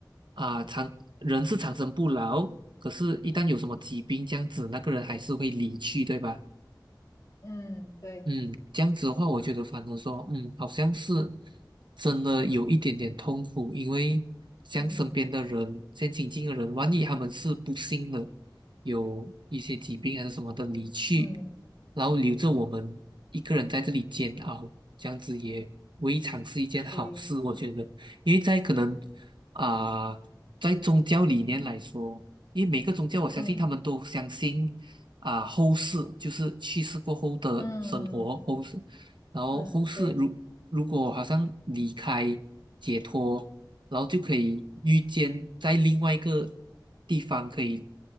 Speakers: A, on the right (about 80°); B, on the left (about 55°).
A: 啊，长人是长生不老，可是一旦有什么疾病这样子，那个人还是会离去，对吧？
B: 嗯，对，
A: 嗯，这样子的话，我觉得反而说，嗯，好像是真的有一点点痛苦，因为像身边的人，
B: 嗯
A: 像亲近的人，万一他们是不幸的，有一些疾病还是什么的离去，
B: 嗯，
A: 然后留着我们一个人在这里煎熬，这样子也未尝是一件好事，
B: 对，
A: 我觉得，因为在可能啊、在宗教理念来说，因为每个宗教我相信他们都相信。
B: 嗯
A: 啊后世，就是去世过后的生活后世，
B: 嗯
A: 然后后世如如果好像离开解脱，
B: 嗯，对，
A: 然后就可以遇见在另外一个地方，可以